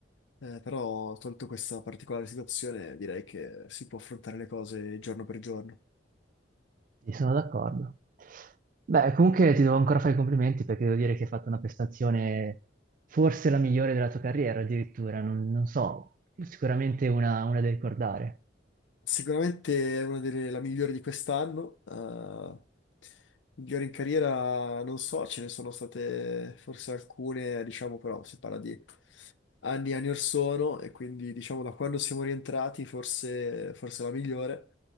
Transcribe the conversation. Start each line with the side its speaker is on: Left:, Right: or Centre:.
Left: Eh, però, tolto questa particolare situazione, direi che si può affrontare le cose giorno per giorno.
Right: sì, sono d'accordo. Beh, comunque ti devo ancora fare i complimenti perché devo dire che hai fatto una prestazione forse la migliore della tua carriera addirittura, non, non so, sicuramente una, una da ricordare.
Left: Sicuramente è una delle la migliore di quest'anno. eh, migliore in carriera, non so, ce ne sono state forse alcune, diciamo, però si parla di anni e anni or sono e quindi diciamo da quando siamo rientrati forse, forse la migliore,